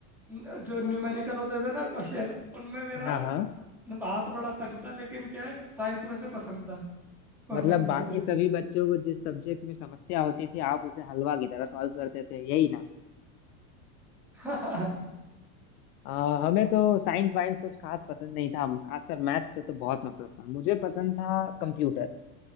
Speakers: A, in the centre; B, on the left.
A: न- जो न्यूमेरिकल होते थे ना क्वेश्चन उनमें मेरा
B: हाँ हाँ
A: हाथ बड़ा तंग था लेकिन क्या है साइंस में से पसंद था कॉन्सेप्ट
B: मतलब
A: की
B: बाकी
A: वजह
B: सभी
A: से
B: बच्चों को जिस सब्जेक्ट में समस्या होती थी आप उसे हलवा की तरह सॉल्व करते थे यही ना
A: <laughs>
B: आ, हमें तो साइंस वाइंस कुछ खास पसंद नहीं था हम खासकर मैथ से तो बहुत नफरत था मुझे पसंद था कंप्यूटर